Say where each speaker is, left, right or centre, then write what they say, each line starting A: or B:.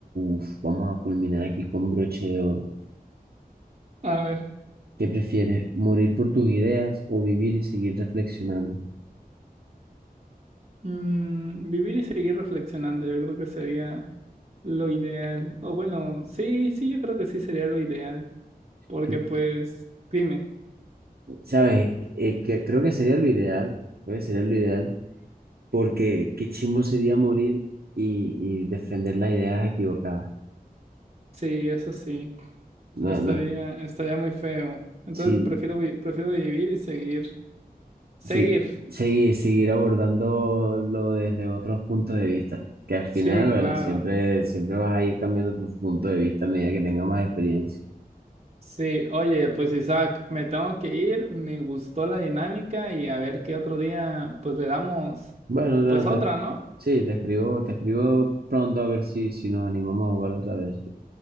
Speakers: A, on the right; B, on the right.
A: uf, vamos a culminar aquí con broche de oro.
B: A ver,
A: ¿Qué prefieres, morir por tus ideas o vivir y seguir reflexionando?
B: mm, vivir y seguir reflexionando, yo creo que sería lo ideal. O bueno, sí, sí, yo creo que sí sería lo ideal. Porque
A: Tú
B: pues, dime,
A: sabes, Eh, que creo que sería lo ideal, creo que sería lo ideal, porque qué chimbo sería morir y, y defender las ideas equivocadas.
B: sí, eso sí,
A: No,
B: estaría,
A: no,
B: estaría muy feo. Entonces
A: sí,
B: prefiero, vi- prefiero vivir y seguir. Seguir.
A: sí, seguir, seguir abordándolo desde otros puntos de vista, que al final,
B: Sí, claro.
A: bueno, siempre, siempre vas a ir cambiando tu punto de vista a medida que tengas más experiencia.
B: Sí, oye, pues Isaac, me tengo que ir, me gustó la dinámica y a ver qué otro día, pues le damos,
A: Bueno, Dana,
B: pues
A: te-
B: otra, ¿no?
A: sí, te escribo, te escribo pronto a ver si, si nos animamos a jugar otra vez.